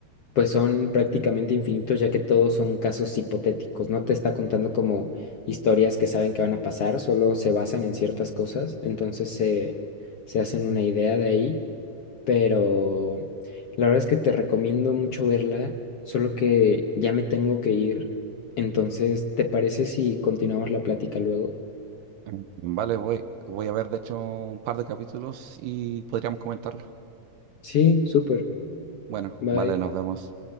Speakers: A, on the left (about 65°); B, on the right (about 75°).
A: pues son prácticamente infinitos, ya que todos son casos hipotéticos. No te está contando como historias que saben que van a pasar, solo se basan en ciertas cosas, entonces se, se hacen una idea de ahí, pero la verdad es que te recomiendo mucho verla, solo que ya me tengo que ir. Entonces, ¿te parece si continuamos la plática luego?
B: Mm, Vale, voy, voy a ver de hecho un par de capítulos y podríamos comentarlo.
A: Sí, súper.
B: Bueno,
A: Bye.
B: vale, nos vemos.